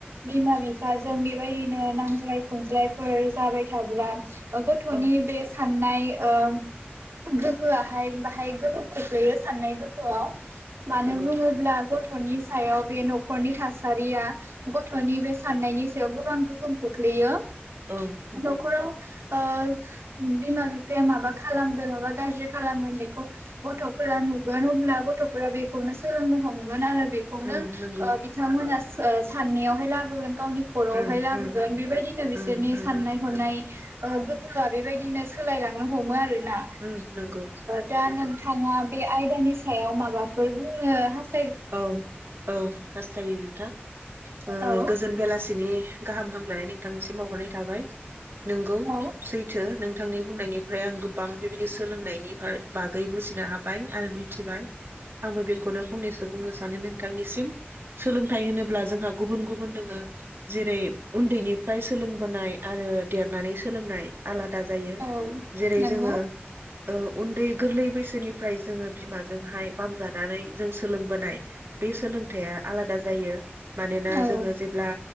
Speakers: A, on the right; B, on the right.
A: बिमा बिफाजों बेबायदिनो नांज्लाय खमज्लायफोर जाबाय थाब्ला गथ'नि
B: औ
A: बे सा साननाय ओ गोहोआहाय बाहाय गोहोम खोख्लैयो साननाय दों आव मानो
B: नंगौ
A: बुङोब्ला गथ'नि सा सायाव बे न'खरनि थासा थासारिया गथ'नि बे साननायनि सायाव गोबां गोहोम खोख्लैयो
B: ओं नंगौ
A: न'खराव ओ बिमा बिफाया माबा खालामगोन माबा गाज्रि खालामगोन बेखौ गथ'फोरा नुगोन अब्ला गथ'फोरा बेखौनो सोलोंनो हमगोन आरो बेखौनो
B: उम नंगौ
A: ओ बिथांमोना ओ साननायावहाय लाबोगोन गावनि खर'आवहाय
B: उम
A: लाबोगोन
B: उम
A: बेबायदिनो बिसोरनि
B: उम उम
A: साननाय हनाय गोहोआ बेबायदिनो सोलायलांनो हमो आरो ना
B: उम नंगौ
A: दा नों थाङा बे आयदानि सायाव माबाफोर बुंनो हास
B: औ औ हास्थायो नोंथां ओ
A: औ
B: गोजोन बेलासि नि गाहाम हामलाय नोंथांनिसिम बावहरनाय थाबाय नोंगौ
A: औ
B: सैथो नों थांनि बुंनायनिफ्राय आं गोबां बेबायदि सोलोंनायनि बागै बुजिनो हाबाय आरो मिथिबाय आंबो बेखौनो फंनैसो बुंनो सानो नोंथांनिसिम सोलोंथाइ होनोब्ला जोंहा गुबुन गुबुन दोङो जेरै उन्दैनिफ्राय सोलोंबोनाय आरो देरनानै सोलोंनाय आलाद दा जायो
A: औ
B: जेरै
A: नंगौ
B: जोङो उन्दै गोरलै बैसोनिफ्राय जोङो बिमाजोंहाय बामजानानै जों सो सोलोंबोनाय बे सोलोंथाइया आलादा जायो मानोना
A: औ
B: जोङो जेब्ला